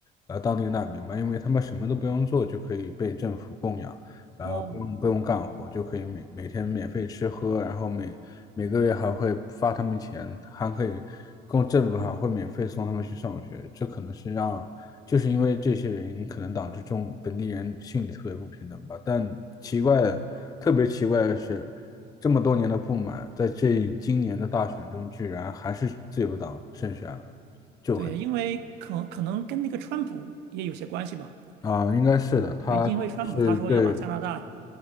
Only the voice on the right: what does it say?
哦，
对，因为可可能跟那个川普也有些关系吧。
对，因为川普他说要把加拿大